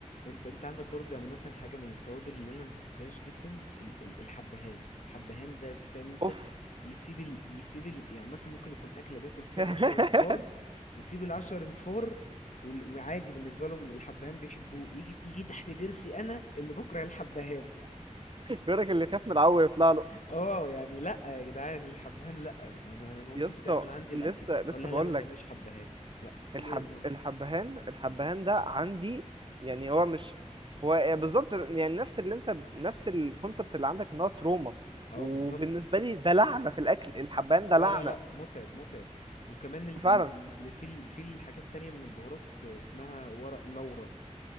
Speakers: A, on the left (about 70°); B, on the right (about 40°).
A: انت انت عندك برضو يعني مثلا حاجه من التوابل اللي انا ما بحبهاش جدا ال- ال- الحبهان الحبهان ده فاهم انت
B: اوف
A: يسيب ال... يسيب ال... يعني مثلا ممكن يكون اكله بياكل فيها
B: <laughs>
A: عشر انفار يسيب العشر انفار وال- وعادي بالنسبه لهم الحبهان بيحبوه يجي يجي تحت ضرسي انا اللي بكره الحبهان
B: بيقولك اللي يخاف من العو يطلع له
A: <laughs> اه يعني لا يا جدعان الحبهان لا يعني انا أنا لما
B: يا
A: تيجي
B: اسطى
A: تعمل عندي الاكل
B: لسه لسه
A: اه لا
B: بقول
A: لا ما تعمليش حبهان لا كله
B: الحب
A: لا-
B: الحبهان الحبهان ده عندي يعني هو مش هو بالظبط يعني نفس اللي انت نفس الكونسبت اللي عندك ان هو تروما
A: اه
B: وبالنسبه
A: بالظبط
B: لي ده لعنه في الاكل الحبهان
A: لا
B: ده لعنه
A: لا لا متعب متعب وكمان ال
B: فعلا
A: ال ال في ال- في الحاجات التانية من البهارات اسمها ورق لورا